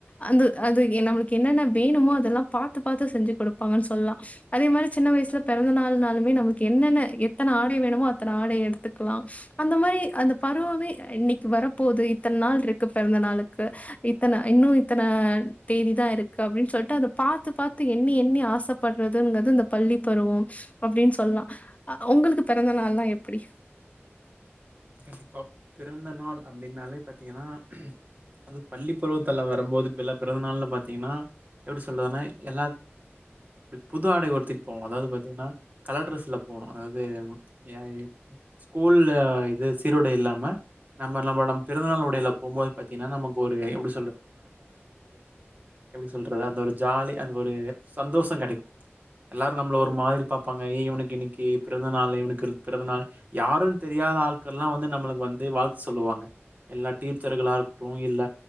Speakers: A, on the left (about 30°); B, on the right (about 35°).
A: அந்து அது எ நம்மளுக்கு என்னென்ன வேணுமோ அதெல்லாம் பாத்து பாத்து செஞ்சி கொடுப்பாங்கன்னு சொல்லலாம் அதே மாதிரி சின்ன வயஸ்ல பிறந்த நாள்னாலுமே நம்முக்கு என்னென்ன எத்தனை ஆடை வேணுமோ அத்தனை ஆடைய எடுத்துக்கலாம் அந்த மாதிரி அந்த பருவமே இன்னிக்கு வரப்போது இத்தன் நாள் இருக்கு பிறந்த நாளு க்கு இத்தன இன்னூ இத்தன தேதிதா இருக்கு அப்டின்னு சொல்ட்டு அத பாத்து பாத்து எண்ணி எண்ணி ஆசப்படுறதுங்கறது இந்த பள்ளி பருவம் அப்டின்னு சொல்லலாம் அ உங்களுக்கு பிறந்த நாளலெல்லாம் எப்படி
B: கண்டிப்பா பிறந்த நாள் அப்டின்னாலே பாத்தீங்கன்னா அது பள்ளிப்பருவத்துல வரும்போது இப்பெல்லாம் பிறந்த நாள்ன்னு பாத்தீங்கன்னா எப்டி சொல்றது எல்லா புது ஆடை உடுத்திட்டு போவோம் அதாவது பாத்தீங்ன்னா கலர் ட்ரெஸ்ல போகணும் அதூ எ ஸ்கூல்லே இது சீருடை இல்லாம நம்ம நம்ப நம் பிறந்தநாள் உடைல போவும்போது பாத்தீங்கனா நமக்கு ஒரு எப்டி சொல்றது அந்த ஒரு ஜாலி அந்த ஒரு சந்தோசம் கிடைக்கும் எல்லாரும் நம்ள ஒரு மாதிரி பாப்பாங்க ஏ இவனுக்கு இன்னிக்கு பிறந்தநாளு இவனுக்கு து பிறந்தநாளு யாருனன்னு தெரியாத ஆள் எல்லாம் வந்து நம்முளுக்கு வந்து வாழ்த்து சொல்லுவாங்க எல்லா டீச்சர்களா இருக்கட்டும் இல்ல